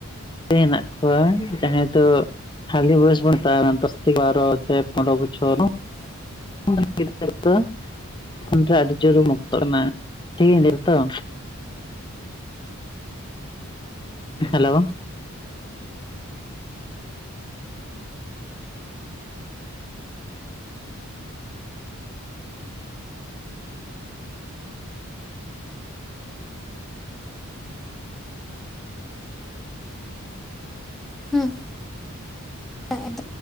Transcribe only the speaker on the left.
ᱵᱟᱜᱤ ᱦᱮᱱᱟᱜ ᱠᱚᱣᱟ ᱡᱟᱦᱟᱸᱭ ᱫᱚᱼᱼ ᱦᱟᱞᱤ ᱵᱚᱭᱮᱥ ᱵᱚᱱ ᱛᱟᱦᱮ ᱫᱚᱥ ᱛᱮ ᱵᱟᱨ ᱥᱮ ᱯᱚᱱᱨᱚ ᱵᱚᱪᱷᱚᱨᱼᱼ
<unintelligible> ᱟᱢ ᱴᱷᱮᱱ ᱟᱹᱰᱤ ᱡᱳᱨ ᱢᱩᱠᱛᱚ ᱱᱟ ᱴᱷᱤᱠ ᱤᱧ ᱞᱟᱹᱭ ᱛᱚ ᱾ ᱦᱮᱞᱳ ᱾